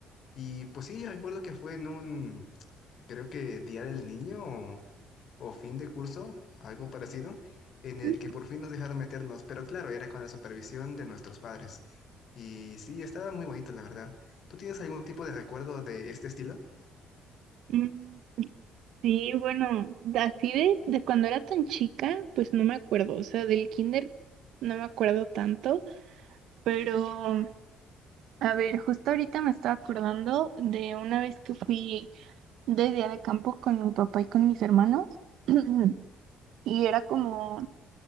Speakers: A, on the left; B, on the right.
A: Y pues sí, recuerdo que fue en un, creo que Día del Niño o fin de curso, algo parecido, en el
B: ujú.
A: que por fin nos dejaron meternos, pero claro, era con la supervisión de nuestros padres. Y sí, estaba muy bonito, la verdad. ¿Tú tienes algún tipo de recuerdo de este estilo?
B: Mm, Sí, bueno, así de, de cuando era tan chica, pues no me acuerdo. O sea, del kinder no me acuerdo tanto. Pero, a ver, justo ahorita me estaba acordando de una vez que fui de día de campo con mi papá y con mis hermanos. <clears throat> Y era como